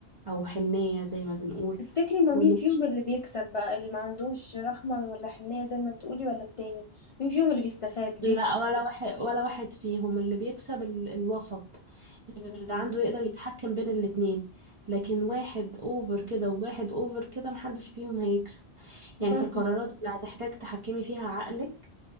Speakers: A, on the right; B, on the left.
A: أو حنية زي ما بنقول
B: تفتكري ما
A: واللي
B: مين فيهم اللي بيكسب بقى اللي ما عندوش رحمة ولا حنية زي ما بتقولي ولا التاني مين فيهم اللي بيستفاد
A: لا
B: بيكسب
A: ولا واحد ولا واحد فيهم اللي بيكسب ال- الوسط اللي
B: مم.
A: عنده يقدر يتحكم بين الاتنين لكن واحد اوفر كده وواحد اوفر كده محدش فيهم هيكسب يعني
B: برضه
A: في القرارات
B: صح
A: اللي هتحتاج تحكمي فيها عقلك